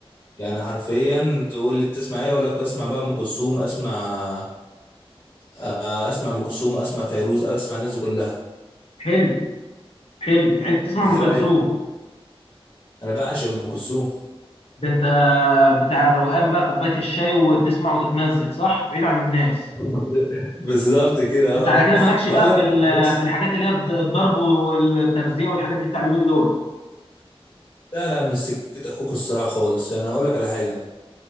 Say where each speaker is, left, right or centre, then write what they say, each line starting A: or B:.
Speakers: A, on the left; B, on the left.
A: يعني حرفيا تقول لي بتسمع ايه اقول لك اسمع بقى ام كلثوم اسمع آه، اسمع ام كلثوم اسمع فيروز اسمع الناس دي كلها
B: حلو حلو يعني انت تسمع
A: ايه
B: ام
A: رايك
B: كلثوم
A: انا بعشق ام كلثوم
B: ده انت بتاع الروقان بقى كوبايه الشاي وتسمع وتتمزج صح بعيد عن الناس
A: <laughs> بالظبط كده
B: ده
A: اه
B: انت على كده مالكش بقى
A: لا لا
B: في
A: لا
B: ال-
A: بص
B: في الحاجات اللي هي الضرب والترزيه والحاجات دي بتاع اليومين دول
A: لا لا مش سكت اخوك الصراحه خالص يعني هقول لك على حاجه